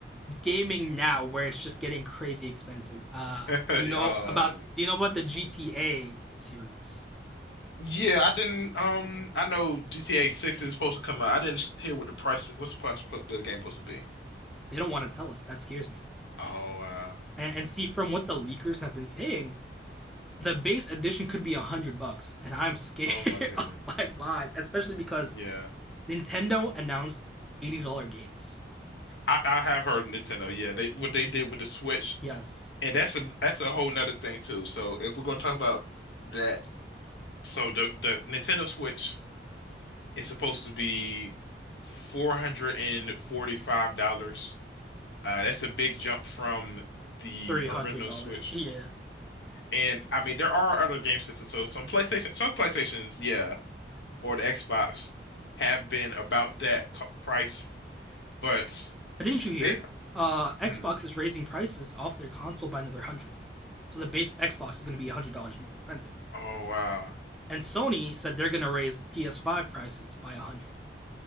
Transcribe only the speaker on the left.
<laughs>
Um
yeah, I didn't um I know GTA 6 is supposed to come out. I didn't s- hear what the price what's the price po- the game supposed to be.
Oh wow.
Oh my
goodness.
Yeah.
I I have heard Nintendo. Yeah, they what they did with the Switch
And that's a that's a whole nother thing too. So if we're gonna talk about that, so the the Nintendo Switch is supposed to be four hundred and forty-five dollars. Uh, that's a big jump from the
original
Switch.
And I mean, there are other game systems. So some PlayStation, some PlayStations, yeah, or the Xbox have been about that co price, but
they,
mm,
oh wow,